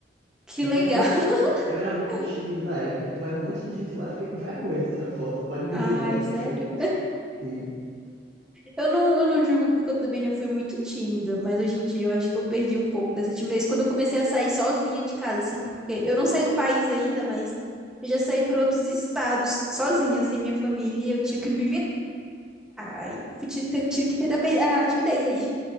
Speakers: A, in the centre; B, on the right (about 75°).
A: que
B: Mas
A: legal.
B: eu era muito, eu era muito
A: <laughs>
B: tímido na época, então era um monte de gente lá, eu fiquei com <laughs> vergonha de tirar foto, pode me
A: Ai,
B: julgar o que
A: sério.
B: for. Sim.
A: Eu não, eu não julgo porque eu também já fui muito tímida, mas hoje em dia eu acho que eu perdi um pouco dessa timidez quando eu comecei a sair sozinha de casa, assim, porque eu não saí do país ainda, mas eu já saí para outros estados sozinha, sem minha família, e eu tinha que me virar. Aí fui ti- ten- tive que perder a pe- a timidez aí.